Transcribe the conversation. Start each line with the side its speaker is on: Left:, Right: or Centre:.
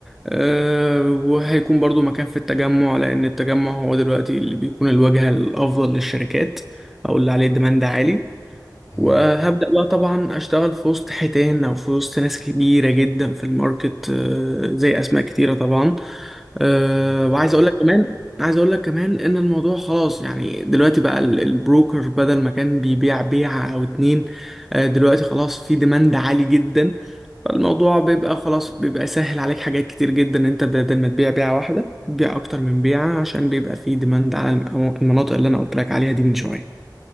Centre: أه وهيكون برضو مكان في التجمع لان التجمع هو دلوقتي اللي بيكون الواجهه الافضل للشركات او اللي عليه ديماند عالي
Left: تمام
Centre: وهبدأ بقى طبعا أشتغل في وسط حيتان أو في وسط ناس كبيرة جدا في الماركت آه، زي أسماء كتيرة طبعا آه،
Left: ده اكيد
Centre: وعايز أقول لك كمان عايز أقول لك كمان إن الموضوع خلاص يعني دلوقتي بقى ال- البروكر بدل ما كان بيبيع بيعة أو اتنين آه، دلوقتي خلاص في ديماند عالي جدا فالموضوع بيبقى خلاص بيبقى سهل عليك حاجات كتير جدا أنت بدل ما تبيع بيعة واحدة تبيع أكتر من بيعة عشان بيبقى في ديماند على الم- المناطق اللي أنا قلت لك عليها دي من شوية